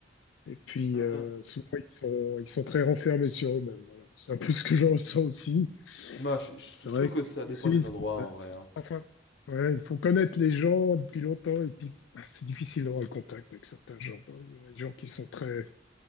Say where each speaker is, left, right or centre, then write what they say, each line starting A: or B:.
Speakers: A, on the left (about 80°); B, on the left (about 65°).
A: et puis,
B: Mhm.
A: euh, souvent, ils sont, ils sont très renfermés sur eux-mêmes. voilà. C'est un peu ce que je ressens aussi.
B: Moi, je, je-
A: C'est
B: je
A: vrai
B: trouve
A: qu'en
B: que ça dépend
A: Suisse,
B: des endroits
A: on
B: en
A: va-
B: vrai. hein.
A: Enfin, ouais, il faut connaître les gens depuis longtemps et puis ah, c'est difficile d'avoir le contact avec certains gens. Il y a des gens qui sont très,